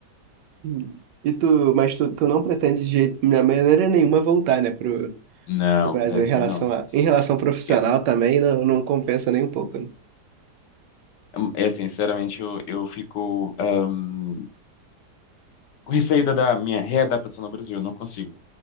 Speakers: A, on the right (about 90°); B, on the left (about 85°).
A: Hum. E tu, mas tu, tu não pretende de jeito- de maneira nenhuma voltar, né, pro,
B: Não,
A: pro Brasil
B: Brasil
A: em relação
B: não.
A: a, em relação profissional
B: É,
A: também, não, não compensa nem um pouco, né?
B: é, assim, sinceramente, eu, eu fico ahm, com receio da da minha readaptação no Brasil, eu não consigo.